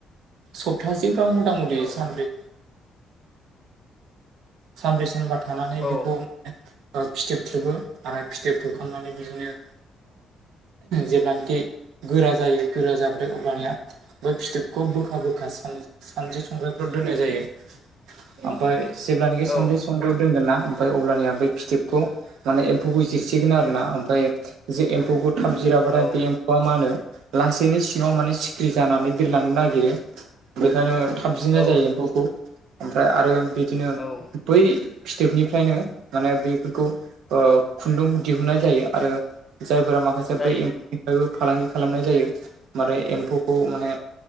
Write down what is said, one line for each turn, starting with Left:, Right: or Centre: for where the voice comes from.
Right: सप्तासेबा मथा मथि सानब्रै सानब्रै सानबा थानानै
Left: औ
Right: बेखौ फिथेोब थेबो आरो फिथोब थेबखांनानै बिदिनो जेब्लानाखि गोरा जायो गोरा जाबोथाय अब्लानिया बै फिथोबखौ बोखा बोखा सानद्रि संग्र्रिफोराव दोननाय जायो। ओमफ्राय जेब्लानोाखि
Left: औ
Right: सान्दै संदयाव दोनगोन ना ओमफ्राय अबब्लानि आं बे फिथोबखौ माने एम्फौखौ जिरसिगोन आरो ना ओमफ्राय जे एम्फौखौ थाब जिराबाथाय
Left: औ
Right: बे एम्फौआ मा होनो लासैनो सिङाव माने सिखिरि जानानै बिरलांनो नागिरो बेखायनो साबजिनाय
Left: औ
Right: जायो एम्फौखौ ओमफ्राय आरो बिदिनो
Left: औ
Right: बै सिथेोबनिफ्रायनो माने बेफोरखौ खुन्दुं दिहुननाय जायो आरो जायफोरा माखासे
Left: जायो
Right: बै निफ्रायबो फालांगि खालामनाय जायो मे एम्फौखौ माने